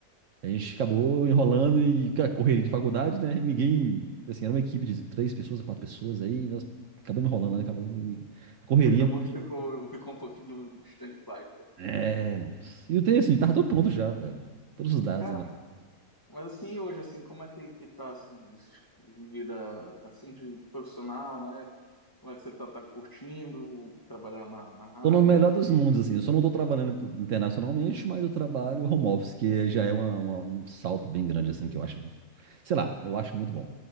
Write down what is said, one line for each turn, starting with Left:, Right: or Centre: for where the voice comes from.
Right: A gente acabou enrolando e cara, correria de faculdade, né? E ninguém, assim, era uma equipe de três pessoas, quatro pessoas aí, nós acabamos enrolando lá, né? acabou a correria
Left: E acabou
Right: não.
Left: que ficou, ficou um pouquinho distante de baixo.
Right: É, moço. E o tenho assim, tava todo pronto já, velho. Todos os dados
Left: Cara, mas assim, e hoje, assim, como é que, que tá, assim, esse tipo, de vida, assim, de profissional, né? Como é que você tá, tá curtindo trabalhar na, na
Right: Tô no
Left: área?
Right: melhor dos mundos, assim. Eu só não tô trabalhando por- internacionalmente, mas eu trabalho home office, que já é uma- uma- um salto bem grande, assim, que eu acho, sei lá, eu acho muito bom.